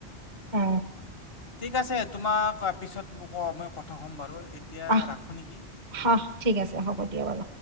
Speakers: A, on the right (about 45°); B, on the left (about 65°).
A: অ
B: ঠিক আছে। তোমাক পিছত ম'ক মই কথা ক'ম বাৰু এতিয়া
A: আহ
B: ৰাখো নেকি?
A: আহ ঠিক আছে হ'ব দিয়া বাৰু